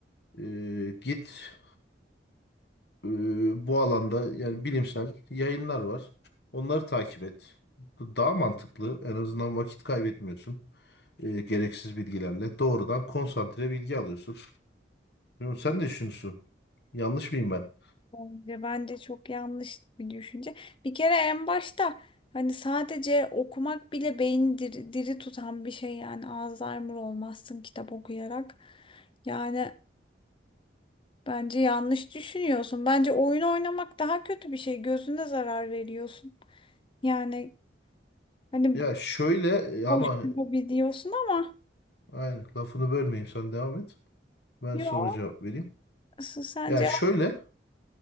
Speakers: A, on the left (about 65°); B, on the left (about 30°).
A: E, git e, bu alanda yani bilimsel yayınlar var. Onları takip et. Bu daha mantıklı. En azından vakit kaybetmiyorsun. E, gereksiz bilgilerle. Doğrudan konsantre bilgi alıyorsun. Bilmiyorum, sen ne düşünüyorsun? Yanlış mıyım ben?
B: Bence, bence çok yanlış bir düşünce. Bir kere en başta hani sadece okumak bile beyni diri, diri tutan bir şey yani Alzheimer olmazsın kitap okuyarak. Yani Bence yanlış düşünüyorsun. Bence oyun oynamak daha kötü bir şey. Gözüne zarar veriyorsun. Yani hani
A: Ya şöyle e, ama
B: boş bir
A: e,
B: hobi diyorsun ama
A: aynen lafını bölmeyeyim sen devam et. Ben
B: yok.
A: sonra cevap vereyim.
B: Asıl sence
A: Ya şöyle